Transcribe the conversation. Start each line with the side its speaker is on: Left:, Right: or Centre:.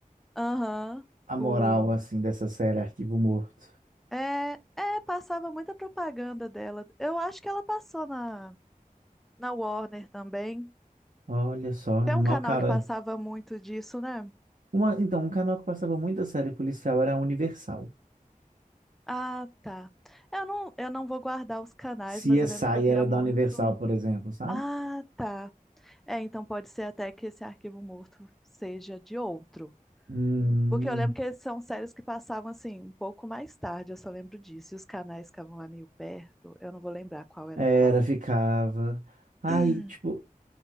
Centre: Aham.
Right: a moral,
Centre: O...
Right: assim, dessa série Arquivo Morto.
Centre: É, é, passava muita propaganda dela. Eu acho que ela passou na, na Warner também.
Right: Olha só, uma
Centre: Tem um canal
Right: cara.
Centre: que passava muito disso, né?
Right: Uma, então, um canal que passava muita série policial era a Universal.
Centre: Ah, tá. Eu não, eu não vou guardar os canais,
Right: CSI
Centre: mas eu lembro que eu via
Right: era
Centre: muito.
Right: da Universal, por exemplo, sabe?
Centre: Ah, tá. É, então pode ser até que esse arquivo morto seja de outro.
Right: Hum,
Centre: Porque eu lembro que são séries que passavam assim, um pouco mais tarde, eu só lembro disso. E os canais ficavam lá meio perto, eu não vou lembrar qual era
Right: era,
Centre: qual.
Right: ficava. Aí,
Centre: <clears throat>
Right: tipo,